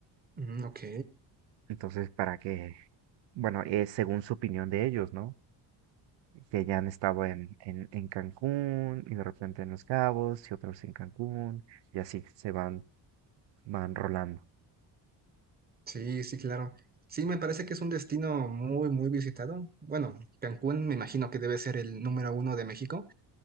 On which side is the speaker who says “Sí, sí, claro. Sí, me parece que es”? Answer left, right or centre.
Right